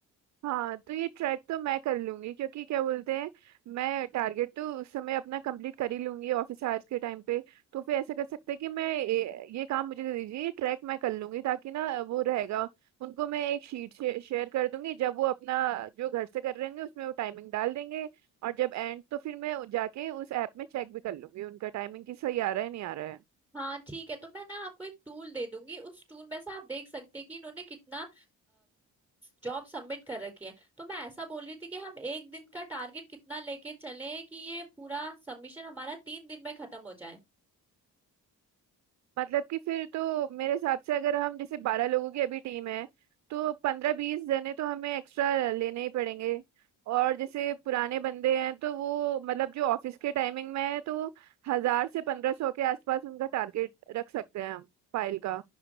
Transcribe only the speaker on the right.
हाँ तो ये ट्रैक तो मैं कर लूंगी क्योंकि क्या बोलते हैं मैं टारगेट तो उस समय अपना कंप्लीट कर ही लूंगी ऑफिस आवर्स के टाइम पे तो फिर ऐसा कर सकते हैं कि मैं ये, ये काम मुझे दे दीजिए ये ट्रैक मैं कर लूंगी ताकि ना वो रहेगा उनको मैं एक शीट शेयर कर दूंगी जब वो अपना जो घर से कर रहे होंगे उसमें वो टाइमिंग डाल देंगे और जब एंड तो फिर मैं जाके उस ऐप में चेक भी कर लूंगी उनका टाइमिंग कि सही आ रहा है नहीं आ रहा है
मतलब कि फिर तो मेरे हिसाब से अगर हम जैसे बारह लोगों की अभी टीम है तो पंद्रह बीस जने तो हमें एक्स्ट्रा लेने ही पड़ेंगे और जैसे पुराने बंदे हैं तो वो मतलब जो ऑफिस के टाइमिंग में है तो वो हजार से पंद्रह सौ के आसपास उनका टारगेट रख सकते हैं हम फाइल का